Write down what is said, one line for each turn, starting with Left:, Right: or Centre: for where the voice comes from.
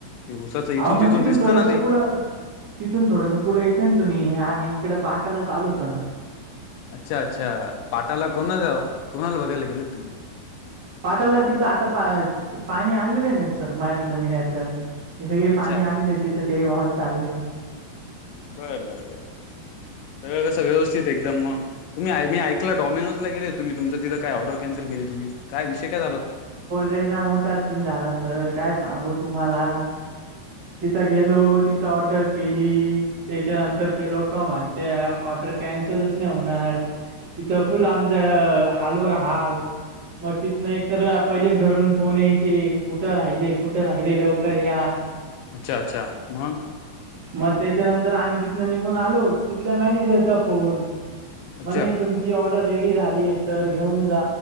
Left: ते उसाचं इथून
Right: ह मग तिथून
Left: दिसतं
Right: थोडस
Left: ना ते
Right: पुढ. तिथून थोडंसं पुढे यायचं ना तुम्ही आम् इकडे पाठयला ल होतो ना.
Left: अच्छा अच्छा पाटाला कोणा जा कोणाला बघायला गेले तुम्ही
Right: पाटाला तिथं आता पाणी आलेलं आहे ना सर माळ्यातलं मिघतलं. हे सगळे
Left: अच्छा
Right: पाणी
Left: अच्छा
Right: आलेलं आहे तिथं ते वाहत चाललंय आहे.
Left: बरं बरं बरर सगळं कसं व्यवस्थित एकदम मग तुमहीी ऐक डमनोज ला गले तुम् तुम तिथं काए ऑर्र कनसल केली तु्ही. काय विषय काय.
Right: लयना मोठा सीन झाला सर काय सांगू तुम्हाला. तिथं गेलो तिथं ऑर्डर केली त्याच्यानंतर ते लोक म्हणत ऑर्डर. कॅन्सलच नाही होणार तिथं फुल आमच हालवर हल. मग तिथ नाही. तर पहिलेच घरून फोन यायचे कुठं राहिले कुठं राहिले लवकर या.
Left: अच्छा अच्छा मग.
Right: मग त्याच्यानंतर आम्ही तिथन निघून आलो तिथल्या मॅनेजरचा फोन.
Left: अच्छा
Right: म्हणे तुमची ऑर्डर रेडी झाली आहे सर घेऊन जा